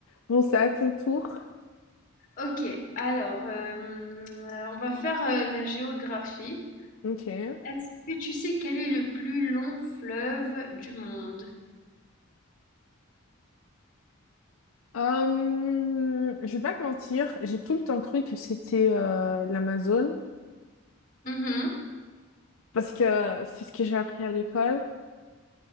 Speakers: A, on the left (about 75°); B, on the left (about 40°).
A: Bon, c'est à ton tour.
B: Ok, alors, euh, euh, on va faire euh, la géographie.
A: Ok.
B: Est-ce que tu sais quel est le plus long fleuve du monde?
A: Euh, je vais pas te mentir, j'ai tout le temps cru que c'était euh, l'Amazone,
B: Mhm.
A: parce que c'est ce que j'ai appris à l'école.